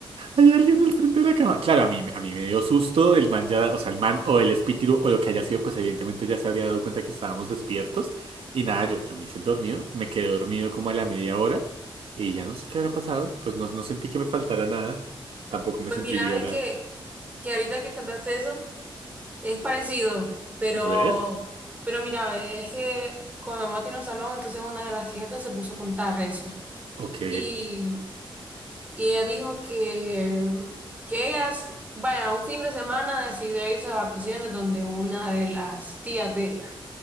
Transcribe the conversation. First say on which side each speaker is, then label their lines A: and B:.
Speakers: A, on the right; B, on the right.
A: hay alguien al frente de la cama. Claro, a mí, a mí me dio susto, el man ya, o sea, el man o el espíritu o lo que haya sido, pues evidentemente ya se habría dado cuenta que estábamos despiertos. Y nada, yo, yo me hice el dormido, me quedé dormido como a la media hora y ya no sé qué habrá pasado. Pues no, no sentí que me faltara nada. Tampoco me
B: Pues
A: sentí
B: mira,
A: violado.
B: ve que que ahorita que contaste eso es parecido, pero,
A: A ver,
B: pero mira, ve, es que con mi mamá tiene un salón, entonces una de las clientes se puso a contar eso.
A: ok.
B: Y, y ella dijo que, mm, que ella, s- vaya, un fin de semana decidió irse de vacaciones donde una de las tías de ella.